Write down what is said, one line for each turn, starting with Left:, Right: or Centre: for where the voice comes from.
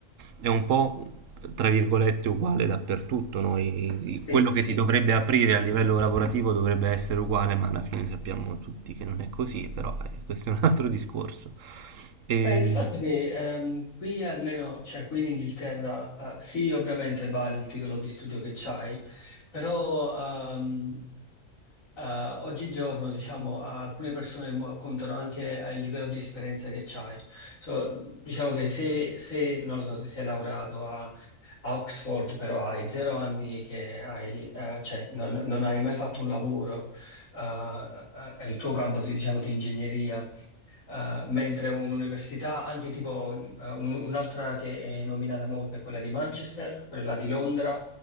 Right: è un po', tra virgolette, uguale dappertutto, no? I-
Left: sì,
Right: i- quello che
Left: sì.
Right: ti dovrebbe aprire a livello lavorativo dovrebbe essere uguale, ma alla fine sappiamo tutti che non è così, però eh, questo è un altro discorso. E...
Left: Beh, il fatto è che ehm, qui almeno, cioè qui in Inghilterra, eh, sì, ovviamente vale il titolo di studio che c'hai, però ehm, eh, oggigiorno, diciamo, alcune persone mo- contano anche al livello di esperienza che c'hai. So, diciamo che se, se, non lo so, se sei laureato a, a Oxford, però hai zero anni che hai, eh, cioè, non, non hai mai fatto un lavoro, eh, eh, eh, il tuo campo, di- diciamo, di ingegneria eh, mentre un'università, anche tipo eh, un- un'altra che è nominata molto è quella di Manchester, quella di Londra